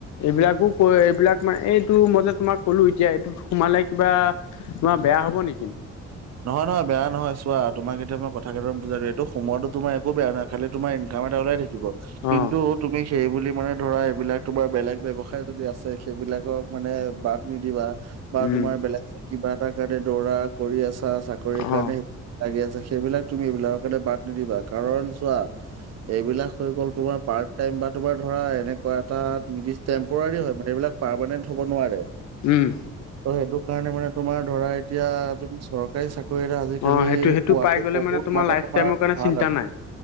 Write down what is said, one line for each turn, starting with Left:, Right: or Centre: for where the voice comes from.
Left: এইবিলাকো কই এইবিলাক মানে এইটো মতে তোমাক ক'লো এতিয়াই সোমালে কিবা, তোমাৰ বেয়া হ'ব নেকি?
Right: <unintelligible> নহয় নহয় বেয়া নহয় চোৱা তোমাক এতিয়া মই এতিয়া মই কথা কেইটামান বুজায় যদিও এইটো সোমোৱাটো একো বেয়া নহয় খালি তোমাৰ ইনকাম এটা ওলাই থাকি দিব কিন্তু
Left: অঁ
Right: তুমি সেইবুলি মানে ধৰা এইবিলাক তোমাৰ বেলেগ ব্যৱসায় যদি আছে সেইবিলাকক মানে বাদ নিদিবা। বা
Left: উম
Right: তোমাৰ বেলেগ কিবা এটা কাৰণে দৌৰা কৰি আছা, চাকৰি
Left: অঁ
Right: কাৰণে সেইবিলাক লাগি আছা সেইবিলাক তুমি সেইবিলাকৰ কাৰণে বাদ নিদিবা। কাৰণ চোৱা এইবিলাক হৈ গ'ল তোমাৰ পাৰ্ট টাইম বা তোমাৰ ধৰা এনেকুৱা এটা নিৰ্দিষ্ট টেম্পৰাৰী হয় মানে। এইবিলাক পাৰমানেন্ট হ'ব নোৱাৰে।
Left: উম।
Right: ত' সেইটো কাৰণে মানে তোমাৰ ধৰা এতিয়া তুমি চৰকাৰী চাক কৈয়ে ন আজি-কালি
Left: অঁ সেইটো সেইটো
Right: পোৱাটো
Left: পাই গ'লে
Right: বহুত মানে
Left: লাইফ
Right: তোমাৰ
Left: টাইমৰ কাৰণে
Right: ভাল
Left: চিন্তা
Right: আৰু।
Left: নাই